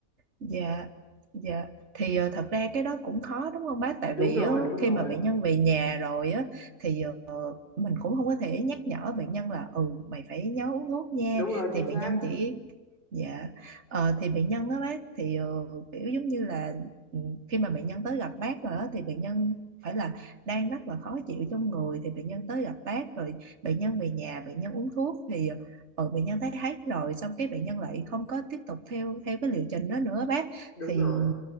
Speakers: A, on the right; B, on the left.
A: Dạ, dạ. Thì ờ, thật ra cái đó cũng khó đúng không bác? Tại
B: đúng
A: vì
B: rồi
A: ờ,
B: đúng
A: khi
B: rồi
A: mà bệnh nhân về nhà rồi á, thì ờ, mình cũng không có thể nhắc nhở bệnh nhân là ừ mày phải nhớ uống thuốc nha
B: đúng rồi chính
A: thì bệnh
B: xác
A: nhân chỉ dạ Ờ, thì bệnh nhân đó bác thì ờ, kiểu giống như là ừ, khi mà bệnh nhân tới gặp bác rồi đó, thì bệnh nhân phải là đang rất là khó chịu trong người thì bệnh nhân tới gặp bác rồi bệnh nhân về nhà bệnh nhân uống thuốc thì ờ, bệnh nhân thấy hết rồi xong cái bệnh nhân lại không có tiếp tục theo theo cái liệu trình đó nữa bác
B: đúng
A: thì
B: rồi